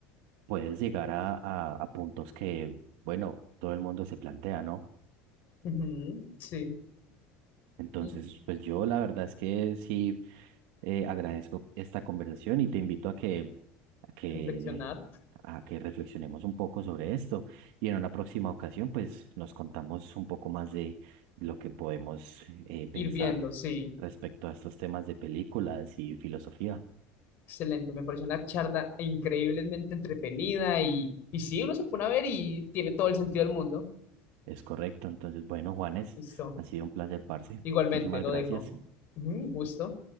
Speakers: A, on the right (about 70°); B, on the left (about 50°).
A: puedes llegar a, a, a puntos que, bueno, todo el mundo se plantea, ¿no?
B: ujú, sí.
A: Entonces,
B: Y
A: pues yo la verdad es que sí. Eh, agradezco esta conversación y te invito a que, a que,
B: reflexionar.
A: a que reflexionemos un poco sobre esto y en una próxima ocasión pues nos contamos un poco más de lo que podemos eh, pensar
B: ir viendo, sí.
A: respecto a estos temas de películas y filosofía.
B: Excelente, me pareció una charla increíblemente entretenida y, y sí, uno se pone a ver y tiene todo el sentido del mundo.
A: Es correcto. Entonces, bueno, Juanes,
B: Listo,
A: ha sido un placer, parce.
B: igualmente
A: Muchísimas
B: lo
A: gracias.
B: dejo. Ujú, gusto.